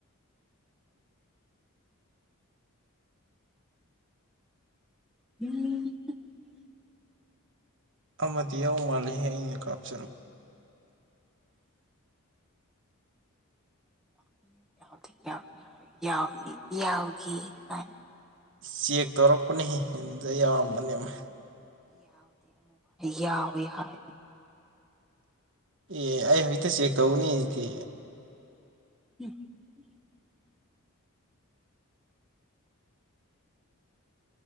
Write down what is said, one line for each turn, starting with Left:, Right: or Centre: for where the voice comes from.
Centre: <unintelligible>
Right: ꯑꯃꯗꯤ ꯌꯥꯎ ꯃꯥꯜꯂꯤꯍꯦ ꯑꯩꯅ ꯀꯥꯞꯆꯔꯛ
Centre: <inaudible>
Right: ꯆꯦꯛ ꯇꯧꯔꯛꯄꯅꯦꯍꯦ ꯑꯗꯨꯗ ꯌꯥꯎꯔꯝꯕꯅꯦꯕ
Centre: ꯌꯥꯎꯏ ꯍꯥꯏ
Right: ꯑꯦ ꯑꯩ ꯍꯖꯤꯛꯇ ꯆꯦꯛ ꯇꯧꯕꯅꯤ ꯑꯩꯗꯤ
Centre: <inaudible>